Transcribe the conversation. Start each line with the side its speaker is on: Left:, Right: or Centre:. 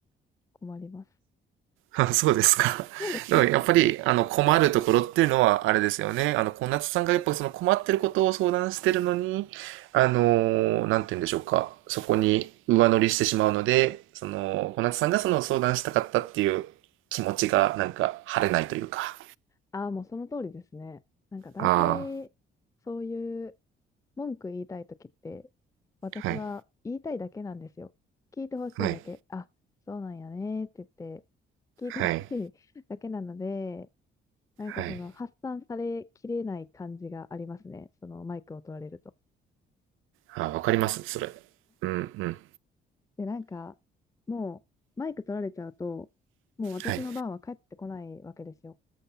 Left: 困ります。
Right: <laughs> そうですか。
Left: <laughs>
Right: <laughs> でもやっぱり、あの、困るところっていうのは、あれですよね。あの、小夏さんがやっぱその困ってることを相談してるのに、あのーなんて言うんでしょうか。そこに上乗りしてしまうので、その、小夏さんがその相談したかったっていう気持ちが、なんか、晴れないというか。
Left: ああ、もうその通りですね。なんか大体、
Right: あ
Left: そういう文句言いたいときって、私は言いたいだけなんですよ。
Right: あ、はい、
Left: 聞いてほしいだけ。
Right: はい、
Left: あ、そうなんやねって言って、聞いてほしいだけなので、
Right: はい、
Left: なんかその発散されきれない感じがありますね。
Right: はい。
Left: そのマイクを取られると。
Right: ああ、わかります、それ。うん、うん。
Left: で、なんか、もう、マイク取られちゃうと、もう私の番は帰ってこないわけですよ。
Right: はい、